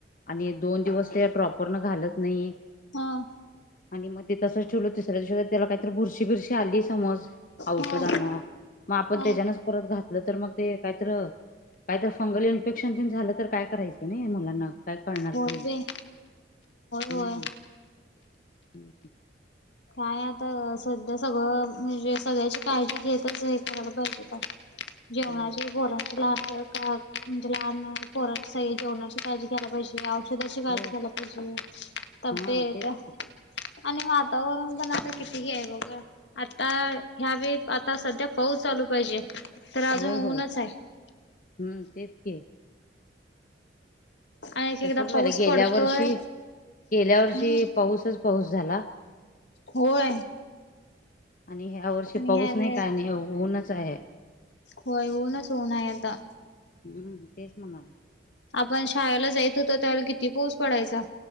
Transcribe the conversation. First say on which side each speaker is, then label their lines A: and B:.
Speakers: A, on the left; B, on the left.
A: आणि दोन दिवस त्या ड्रॉपरन घालत नाई.
B: हा.
A: आणि म ते तसंच ठेवल तिसऱ्या दिवशी जर त्याला काहीतरी भूरशी बिरशी आली समज. औषधांना
B: हा
A: म आपण
B: होय
A: त्याज्यानच परत घातलं तर मग ते काय तर काय तर फंगल इन्फेक्शन तेन झालं तर काय करायचं नय मुलांना. काय कळणार
B: होय
A: पण नाही
B: बाई
A: हम्म
B: होय होय.
A: <inaudible>
B: काय आता सध्या सगळं म्हणजे सगळ्याची काळजी घेतच हाय करायला पाहिजे <unintelligible> जेवणा
A: हम्म
B: ज बोरां च ला म्हणजे लहान पोर जेवणाची काळजी घयला पाहिजे काळजी घ्यायला
A: होय
B: पाहिज तब्येत
A: हा तेच
B: आणि आ वातावरण जणता कितीही आहे बघा आता ह्यावे आता सध्या पाऊस चालू पाहिजे तर अजून
A: होय होय
B: ऊनच
A: हम्म
B: आहे
A: तेच के
B: आणि एक
A: तसच
B: एकदा
A: वालं
B: पाऊस
A: गेल्या
B: पडतोय
A: वर्षी गेल्या वर्षी
B: हम्म
A: पाऊसच पाऊस झाला
B: होय
A: आणि ह्या वर्षी
B: आणि
A: पाऊस
B: ह
A: नाही
B: वस
A: काय नाही ऊनच आहे
B: हो ऊनच होऊन आहे आता
A: हम्म तेस म्हणार
B: पण शाळेला जायत होत त्यावे किती पाऊस पडायचा